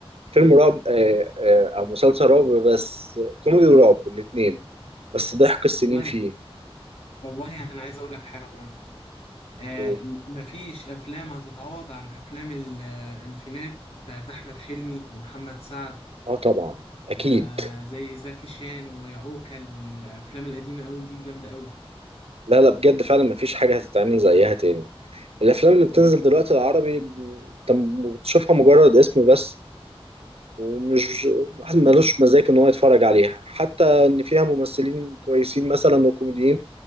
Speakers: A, on the right; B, on the left.
A: فيلم رعب آه، آه، او مسلسل رعب بس كوميدي ورعب الاثنين بس ضحك السنين
B: والله
A: فيه
B: والله انا عايز اقول لك حاجه آه،
A: و-
B: مفيش أفلام هتتعوض عن أفلام الألفينات بتاعت أحمد حلمي ومحمد سعد
A: اه طبعا اكيد
B: آه، زي زكي شان وعوكل والأفلام القديمة أوي دي جامدة أوي
A: لا لا بجد فعلا مفيش حاجه هتتعمل زيها تاني الافلام اللي
B: اه
A: بتنزل دلوقتي العربي انت م- بتشوفها مجرد اسم بس ومش واحد ملوش مزاج ان هو يتفرج عليها حتى ان فيها ممثلين كويسين مثلا وكوميديين